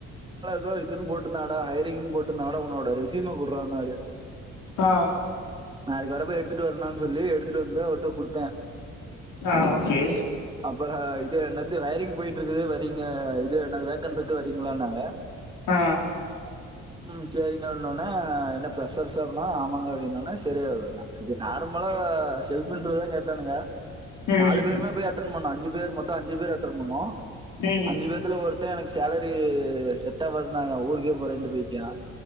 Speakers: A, on the right; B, on the left.
A: தோ இதுன் போட்ருந்தாடா ஹைரிங்கின் போட்டுந்நாடா ஒன்னோட ரெஸ்யூம குட்றான்னாரு
B: ஆ
A: நா அதுக்கப்புறப்ப எடுத்துட்டு வரணுன் சொல்லி எடுத்துட்டு வந்து அவர்ட்ட குடுத்த
B: ஆ ஓகே
A: அப்பற இத என்னத் இது வயரிங் போயிட்டுருக்குது வரீங்க இது என்னது வேக்கண்ட் ட்ருக்கு வரீங்களான்னாங்க
B: ஆ
A: உம் சேரிங்க ஒட்னோனே என்ன ப்ரஷர்சு அப்னா ஆமாங்க அப்டின்னொனே செரி வோர்ன்னா இது நா மொல செல்ஃப் இன்ட்ரோதா கேட்டானுங்க
B: ம்
A: நாலு பேருமே போய் அட்டன் பண்ணோ அஞ்சு பேர் மொத்தோ அஞ்சு பேர் அட்டர் பண்ணோ
B: ம்
A: அஞ்சு பேத்துல ஒருத்தன் எனக் சேலரி செட்டாவாது நாங்க ஊருக்கே போரெண்ட்டு பொய்க்ட்டியா